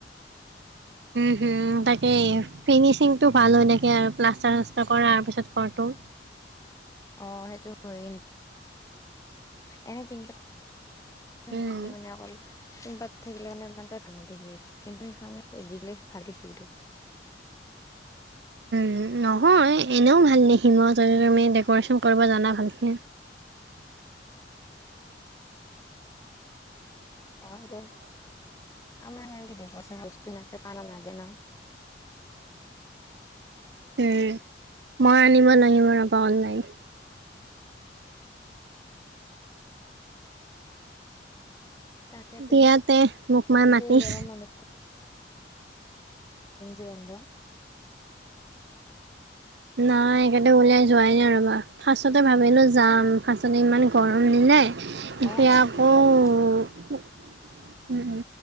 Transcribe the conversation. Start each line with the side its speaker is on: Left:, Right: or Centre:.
Right: উম উম তাকে ফিনিচিং টো ভাল হয় থাকে আৰু প্লাষ্টাৰ চাষ্টাৰ কৰাৰ পিছত ঘৰটো।
Left: অ সেইটো হয় এনে তি। না
Right: উম।
Left: থাকিলে মানে অকল। কোনবাত থাকিলে মানে ইমান ভাল নেদখি কিন্তু সেইকাৰণে জিগিলে ভাল <inaudible> খিলটো।
Right: উম নহয় এনেও ভাল তাতে তুমি ডেক'ৰেশ্যন কৰিব জানা ভালকে।
Left: অ <inaudible> আমাৰ আৰু কি দেবৰ চা বস্তু নাছে পাৰা নাজে ন।
Right: উম মই আনিব লাগিব ৰ'বা অনলাইন।
Left: তাকেতো
Right: বিয়াতে মোক মাই
Left: বেছি
Right: মাতিছ
Left: গৰম <inaudible> <unintelligible>
Right: নাই কটো ওলিয়া যোৱাই নাই ৰবা। ফাৰ্ষ্টতে ভাবিলো যাম ফাৰ্ষ্টতে ইমান গৰম নিলে।
Left: অ',
Right: এতিয়া
Left: অ',
Right: আকৌ
Left: দিয়া দিয়া।
Right: উম উম।